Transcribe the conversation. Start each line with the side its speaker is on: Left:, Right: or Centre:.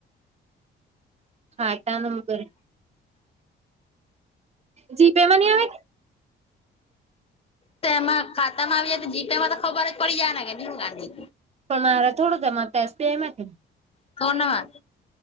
Right: ખાતા નંબર. જીપેમાંની આવે.
Left: તેમાં ખાતા. તા મા આવી જાય તો, જીપે માં તો ખબર જ પડી જ હે ને કે, તુ ગાંડી
Right: પણ મારે થોડું તેમા એસ. બી. આઈ એમાં.
Left: કોણમાં?